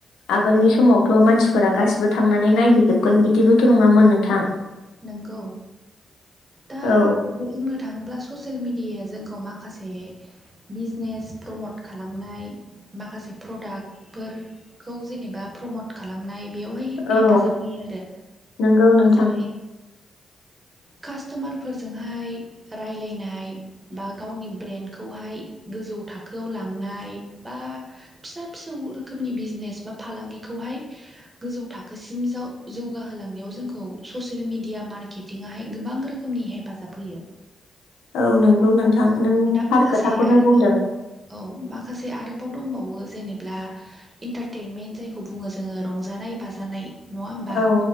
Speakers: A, on the left; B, on the right.
A: आगोलनि समावथ' मानसिफोरा गासिबो थांनानै नायहैजोबगोन बिदिबो थ' नङामोन नोंथां
B: नोंगौ दा
A: औ
B: बुंनो थाङोब्ला ससियेल मिडिया जोंखौ माखासे बिजनेस प्रमट खालामनाय माखासे प्रडाक्ट फोरखौ जेनेबा प्रमट खालामनाय बेयावहाय
A: औ
B: हेफाजाब होयो आरो
A: नंगौ
B: जेरै
A: <inaudible>
B: कासथमार फोरजोंहाय रायलायनाय बा गावनि ब्रेनखौहाय गोजौ थाखोआव लांनाय बा फिसा फिसौ रोखोमनि बिजनेस बा फालांगिखौहाय गोजौ थाखोसिम जाव जौगाहोलांनायाव जोंखौ ससि येल मिडिया मार्केटिंहाय गोबां रोखोमनि हेफाजाब होयो
A: औ नंगौ नोंथां नों
B: दा
A: थार
B: माखासे
A: खोथाखौनो
B: आरोबाव
A: बुंदों
B: औ माखासे आरोबाव दंबावो जेनेब्ला इन्टारटेइेनमेन्ट जायखौ बुङो जोंङो रंजानाय बाजानाय नङा होमबा
A: औ